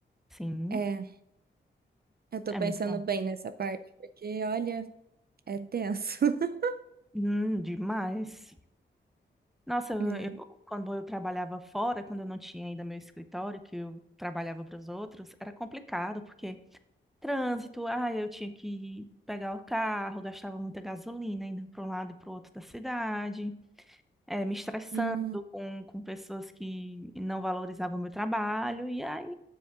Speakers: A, in the centre; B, on the right.
A: sim,
B: É. Eu tô
A: é
B: pensando
A: muito bom.
B: bem nessa parte, porque olha, é tenso. <laughs>
A: Hum, demais. Nossa, eu,
B: É.
A: eu- quando eu trabalhava fora, quando eu não tinha ainda meu escritório, que eu trabalhava para os outros, era complicado, porque Trânsito, ah, eu tinha que pegar o carro, gastava muita gasolina indo para um lado e para o outro da cidade, eh, me estressando
B: Hum.
A: com, com pessoas que não valorizavam o meu trabalho, e aí